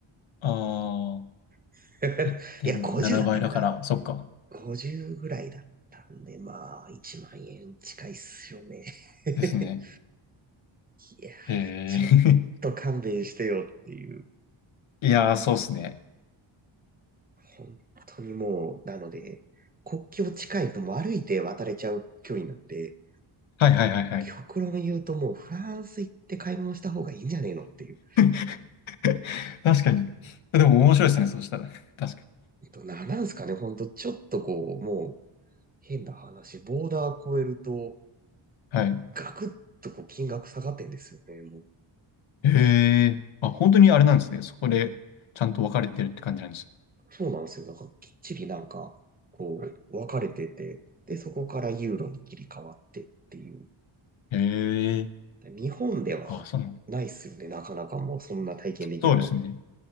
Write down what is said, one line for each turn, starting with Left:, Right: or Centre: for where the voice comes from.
Left: ああ、
Right: <laughs>
Left: 1.7倍だから、
Right: いや、50だったかな。
Left: そっか。
Right: 50ぐらいだったんで、まあ、1万円近いっすよね。<laughs>
Left: ですね。
Right: いやー、
Left: へえ。
Right: ちょっと勘弁してよっていう。
Left: <laughs> いやー、そうっすね。
Right: 本当にもう、なので、国境近いともう歩いて渡れちゃう距離なんで、
Left: はいはいはいはい。
Right: 極論言うともうフランス行って買い物した方がいいんじゃねえのっていう。
Left: <laughs> 確かに。でも面白いですね、そうしたら。確かに。
Right: えっと、な、なんすかね、ほんとちょっとこう、もう変な話、ボーダー越えると、
Left: はい。
Right: ガクッとこう金額下がってんですよね、もう。
Left: へえ。あ、本当にあれなんですね。そこでちゃんと分かれてるって感じなんです
Right: そうなんですよ。だからきっちりなんか、こう、分かれてて、で、そこからユーロに切り替わってっていう。
Left: ね。へえ。
Right: だから日本ではないっすよね、
Left: あ、その、
Right: なかなかもうそんな体験できるの。
Left: そうですね。